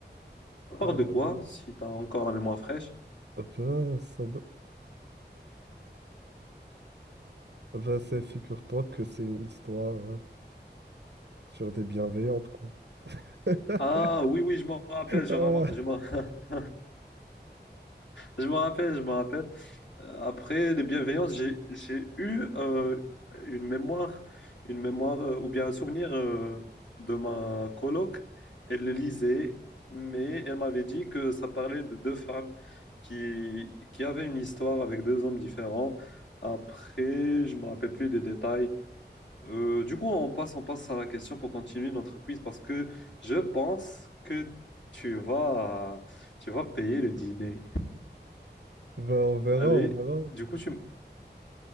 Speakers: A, on the left (about 80°); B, on the right (about 70°).
A: Ça parle
B: Euh,
A: de quoi, si t'as encore la mémoire fraîche?
B: ben, ça, do- ben, ça figure-toi que c'est une histoire hein, sur des bienveillantes, quoi. <laughs>
A: Ah oui, oui, je m'en rappelle, je,
B: Ah,
A: ram- je m'en <laughs> je m'en rappelle, je m'en rappelle. Euh, Après les bienveillances, j'ai j'ai eu euh, une mémoire, une mémoire euh, ou bien un souvenir euh, de ma coloc. Elle le lisait, mais elle m'avait dit que ça parlait de deux femmes qui, qui avaient une histoire avec deux hommes différents. Après, je me rappelle plus des détails. Euh, du coup, on passe, on passe à la question pour continuer notre quiz parce que je pense que tu vas, tu vas payer le dîner.
B: ben, on verra,
A: Allez,
B: on verra.
A: du coup, tu... m-